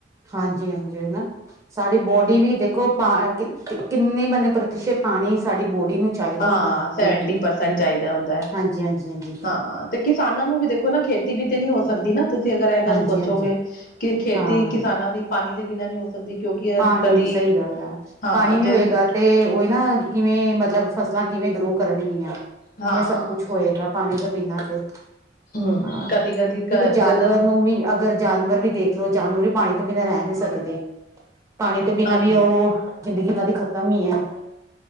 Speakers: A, on the right; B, on the left.
A: ਹਾਂਜੀ-ਹਾਂਜੀ ਉਹੀ ਨਾ, ਸਾਡੀ ਬੋਡੀ ਵੀ ਦੇਖੋ ਕਿੰਨੇ ਬੰਦੇ ਪ੍ਰਤੀਸ਼ਤ ਪਾਣੀ ਸਾਡੀ ਬੋਡੀ ਨੂੰ ਚਾਹੀਦਾ
B: ਹਾਂ,
A: ਹੁੰਦਾ
B: ਸੈਵਨਟੀ
A: ਡੇਲੀ
B: ਪਰਸੈਂਟ ਚਾਹੀਦਾ ਹੁੰਦਾ ਐ,
A: ਹਾਂਜੀ ਹਾਂਜੀ ਹਾਂਜੀ
B: ਹਾਂ ਤੇ ਕਿਸਾਨਾਂ ਨੂੰ ਵੀ ਦੇਖੋ ਨਾ ਖੇ ਚੀ ਵੀ ਤੇ ਨੀ ਹੋ ਸਕਦੀ ਨਾ ਤੁਸੀਂ ਅਗਰ ਇਹ ਗੱਲ
A: ਹਾਂਜੀ
B: ਸੋਚੋਗੇ
A: ਹਾਂਜੀ
B: ਕਿ ਖੇਤੀ
A: ਹਾਂ
B: ਕਿਸਾਨਾਂ ਦੀ ਪਾਣੀ ਦੇ ਬਿਨਾਂ ਨੀ ਹੋ ਸਕਦੀ। ਕਿਉਂਕਿ
A: ਪਾਣੀ
B: ਅ ਕਦੀ
A: ਸਹੀ ਗੱਲ ਐ,
B: ਹਾਂ
A: ਪਾਣੀ ਨੀ
B: ਜੇ
A: ਹੋਏਗਾ ਤੇ ਉਹੀ ਨਾ ਕਿਵੇਂ ਮਤਲਬ ਫਸਲਾਂ ਕਿਵੇਂ ਗਰੋ ਕਰਨਗੀਆਂ, ਕਿਵੇਂ
B: ਹਾਂ
A: ਸਭ ਕੁਛ ਹੋਏਗਾ। ਪਾਣੀ ਤੋਂ ਬਿਨਾਂ ਤੇ,
B: ਹਮ
A: ਹਾਂ
B: ਕਦੀ ਕਦੀ ਕ
A: ਇੱਕ ਜਾਨਵਰ
B: ਜਦ
A: ਨੂੰ ਵੀ ਅਗਰ ਜਾਨਵਰ ਵੀ ਦੇਖਲੋ ਜਾਨਵਰ ਹੀ ਪਾਣੀ ਤੋਂ ਬਿਨਾਂ ਰਹਿ ਨੀ ਸਕਦੇ। ਪਾਣੀ ਤੋਂ ਬਿਨਾ
B: ਹਾਂਜੀ
A: ਵੀ ਉਹ, ਜ਼ਿੰਦਗੀ ਉਹਨਾਂ ਦੀ ਖ਼ਤਮ ਈ ਐ।